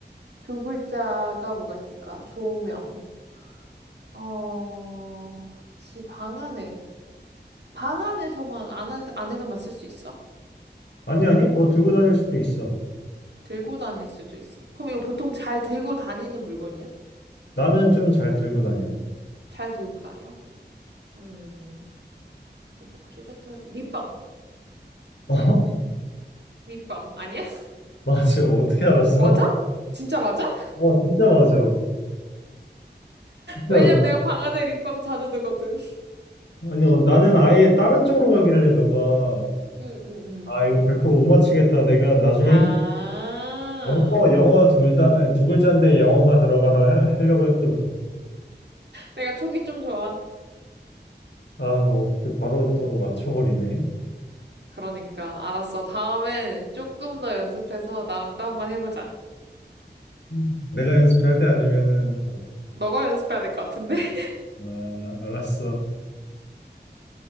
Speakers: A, on the right (about 75°); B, on the left (about 80°).
A: 두 글자가 뭐가 있을까? 조명. 어, 지 방 안에. 방 안에서만, 안에서, 안에서만 쓸 수 있어?
B: 아니, 아니, 뭐 들고 다닐 수도 있어.
A: 들고 다닐 수도 있어. 그럼 이거 보통 잘 들고 다니는 물건이야?
B: 나는 좀 잘 들고 다녀.
A: 잘 들고 다녀? 음, 뭐 보조 배터리, 립밤.
B: 어? <laughs>
A: 립밤 아니야? <laughs>
B: 맞아. 어떻게 알았어?
A: 맞아? 진짜 맞아?
B: 어, 진짜 맞아. 진짜로.
A: 왜냐면 내가 방 안에 립밤 자주 두거든.
B: 아니, 어, 나는 아예 다른 쪽으로 가길래 너가,
A: 응, 응,
B: 아, 이거 100%못
A: 응.
B: 맞히겠다. 내가 나중에
A: 아,
B: 영어, 영어 둘 다, 아니, 두 글자인데 영어가 들어가라 하- 하려고 했거든.
A: 내가 촉이 좀 좋아.
B: 아, 어떻게 바로 또 맞춰버리네.
A: 그러니까, 알았어. 다음엔 조금 더 연습해서 나랑 또 한번 해보자.
B: 음. 내가 연습해야 돼? 아니면은,
A: 너가 연습해야 될 것 같은데? <laughs>
B: 아, 알았어.